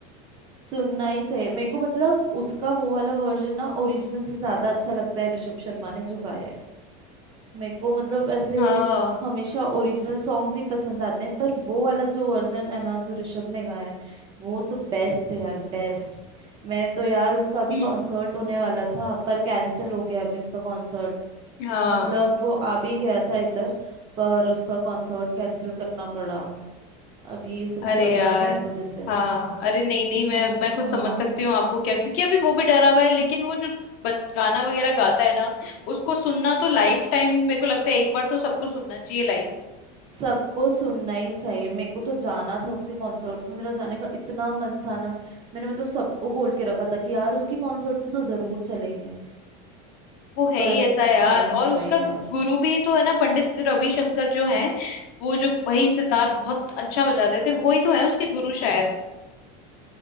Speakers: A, on the right; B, on the left.
A: सुनना ही चाहिए मेरे को मतलब उसका वो वाला वर्जन ना ओरिजिनल से ज्यादा अच्छा लगता है ऋषभ शर्मा ने जो गाया है मेरे को मतलब ऐसे
B: हाँ
A: हमेशा ओरिजिनल सॉन्ग्स ही पसंद आते हैं पर वो वाला जो वर्जन है ना जो ऋषभ ने गाया है वो तो बेस्ट है यार बेस्ट मैं तो यार उसका अभी
B: हम्म
A: कॉन्सर्ट होने वाला था पर कैंसिल हो गया अभी उसका कॉन्सर्ट
B: हाँ
A: मतलब वो आ भी गया था इधर पर उसका कॉन्सर्ट कैंसिल करना पड़ा अभी ये सब
B: अरे
A: चल रहा
B: यार
A: है ना इस वजह से
B: हाँ अरे नहीं नहीं मैं
A: अ,
B: मैं कुछ
A: हाँ
B: समझ सकती हूँ आपको क्या क्योंकि अभी वो भी डरा हुआ है लेकिन वो जो ब- गाना वगैरह गाता है ना उसको सुनना तो लाइफ टाइम मेरे को लगता है एक बार तो सबको सुनना चाहिए लाइव
A: सबको सुनना ही चाहिए मेरे को तो जाना था उसके कॉन्सर्ट में मेरा जाने का इतना मन था ना मैंने मतलब सबको बोल के रखा था कि यार उसके कॉन्सर्ट में तो जरूर चलेंगे
B: वो है
A: पर
B: ही ऐसा यार
A: जा ही नहीं
B: और उसका
A: पाई यार
B: गुरु भी तो है ना पंडित रविशंकर जो है वो जो भाई सितार बहुत अच्छा बजाते थे वही तो है उसके गुरु शायद